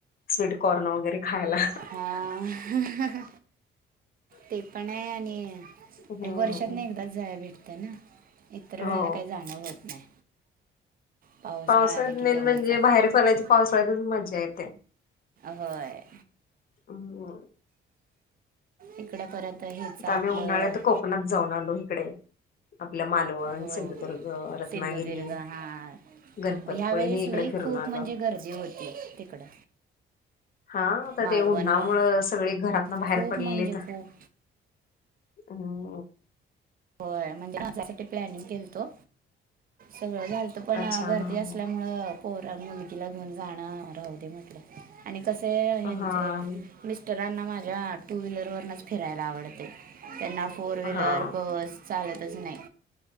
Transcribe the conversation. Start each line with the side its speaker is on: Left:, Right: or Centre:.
Left: स्वीटकॉर्न वगैरे खायला.
Right: हा. ते पण आहे आणि
Left: हम्म
Right: वर्षात ना एकदाच जाय भेटतं ना. इतर
Left: हो
Right: वेळेला काही जाणव होत नाही. पावसाळा
Left: पावसात
Right: आलं की
Left: मेन
Right: तेवढंच
Left: म्हणजे
Right: आपलं
Left: बाहेर फडयच पावसाळ्या त मजा येते.
Right: होय.
Left: हम्म
Right: इकड परत हच
Left: आता
Right: आपलं.
Left: आम्ही उन्हाळ्यात कोकणात जाऊन आलो इकडे. आपलं मालवण,
Right: हो
Left: सिंधुदुर्ग, रत्नागिरी
Right: तीन ददीग हहाा.
Left: गणपतपुळे
Right: ह्या वेळेस
Left: हे इकडे
Right: ल
Left: फिरून
Right: खूप
Left: आलो.
Right: म्हणजे गर्दी होती तिकडं.
Left: हा आता
Right: मालवणला
Left: ते उन्हामुळं सगळे घरातन बाहेर
Right: खूप
Left: पडलेली
Right: म्हणजे
Left: तर
Right: खूप
Left: ह.
Right: हो म्हणजे माझ्या प्लॅनिंग केलतो सगळं झालत पण
Left: अच्छा
Right: गर्दी
Left: हां
Right: असल्यामुळे
Left: हां
Right: पोहरा मुलगीला घेऊन जाणं राह दे म्हटलं आणि कसे हचे.
Left: हां
Right: मिस्टरांना माझ्या टू व्हीलरवरनच फिरायला आवडते त्यांना फोर व्हीलर.
Left: हां
Right: ब चालतच नाही.